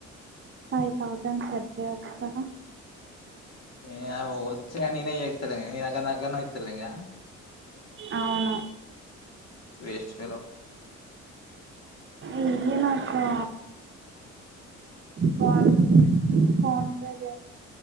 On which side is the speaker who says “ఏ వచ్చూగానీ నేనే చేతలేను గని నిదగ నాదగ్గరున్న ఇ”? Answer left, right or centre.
Left